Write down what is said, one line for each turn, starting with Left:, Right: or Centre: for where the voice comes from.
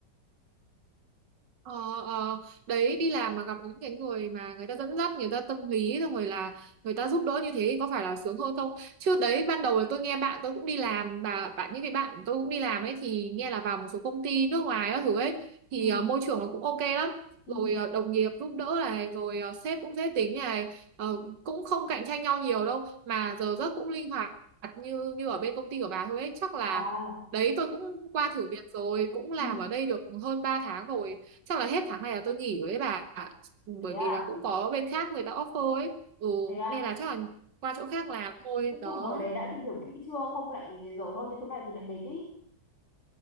Right: Ờ, ờ, đấy đi làm mà gặp những cái người mà người ta dẫn dắt người ta tâm lý xong rồi là người ta giúp đỡ như thế thì có phải là sướng hơn không chứ đấy ban đầu là tôi nghe bạn tôi cũng đi làm bà bạn những cái bạn tôi cũng đi làm ấy thì nghe là vào một số công ty nước ngoài các thứ ấy thì
Left: ừ
Right: ờ, môi trường nó cũng ok lắm
Left: ừ
Right: rồi ờ, đồng nghiệp giúp đỡ này rồi ờ, sếp cũng dễ tính này ờ, cũng không cạnh tranh nhau nhiều đâu mà giờ giấc cũng linh hoạt như như ở bên công ty của bà thôi ấy chắc là
Left: à
Right: đấy tôi cũng qua thử việc rồi cũng làm
Left: ừ
Right: ở đây được hơn 3 tháng rồi chắc là hết tháng này là tôi nghỉ rồi đấy bà ạ. bởi
Left: thế à
Right: vì là cũng có bên khác người ta offer ấy ừ,
Left: thế à
Right: nên là chắc là qua chỗ khác làm thôi
Left: cái
Right: đó
Left: chỗ mời đấy đã tìm hiểu kỹ chưa không lại dở hơi như chỗ này thì lại mệt ý